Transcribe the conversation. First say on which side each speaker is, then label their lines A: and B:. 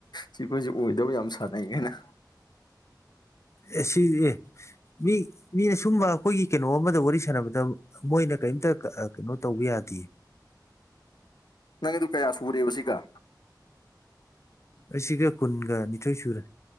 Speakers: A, on the left; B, on the left.
A: ꯁꯤ ꯁꯤꯈꯣꯏꯁꯦ ꯑꯣꯏꯗꯕ ꯌꯥꯝ ꯁꯥꯟꯅꯩ ꯍꯥꯏꯅ
B: ꯑꯦ ꯁꯤ ꯑꯦ ꯃꯤ ꯃꯤꯅ ꯁꯨꯝꯕ ꯑꯩꯈꯣꯏꯒꯤ ꯀꯩꯅꯣ ꯑꯃꯗ ꯋꯥꯔꯤ ꯁꯥꯟꯅꯕꯗ ꯃꯣꯏꯅ ꯀꯔꯤꯝꯇ ꯀꯩꯅꯣ ꯇꯧꯕ ꯌꯥꯗꯦ
A: ꯅꯪ ꯑꯗꯨ ꯀꯌꯥ ꯁꯨꯔꯦꯕ ꯁꯤꯒ
B: ꯑꯩꯁꯤꯒ ꯀꯨꯟꯒ ꯅꯤꯊꯣꯏ ꯁꯨꯔꯦ